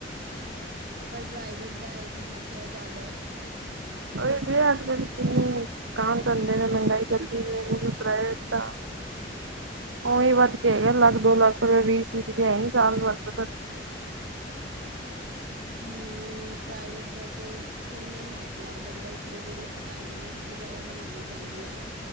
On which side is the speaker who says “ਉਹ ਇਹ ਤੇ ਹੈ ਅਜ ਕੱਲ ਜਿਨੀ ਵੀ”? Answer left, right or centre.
Right